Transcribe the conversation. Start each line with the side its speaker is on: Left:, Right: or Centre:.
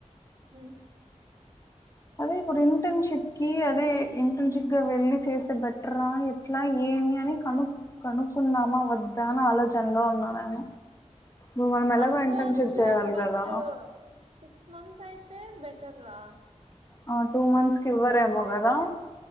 Right: మ్మ్
Left: అదే ఇప్పుడు ఇంటర్న్షిప్ కి అదే ఇంటర్న్షిప్గా వెళ్ళి చేస్తే బెటరా ఎట్లా ఏమి అని కను కనుక్కుందామా వద్దా అని ఆలోచనలో ఉన్నా నేను ఇప్పుడు మనం
Right: కనుకోవచ్చు
Left: ఎలాగో ఇంటర్న్‌షిప్ చేయాలి
Right: బట్
Left: గదా!
Right: సిక్స్ మంత్స్ అయితే బె టర్రా
Left: ఆ టూ మంత్స్ కి ఇవ్వరేమో
Right: అయితే
Left: కదా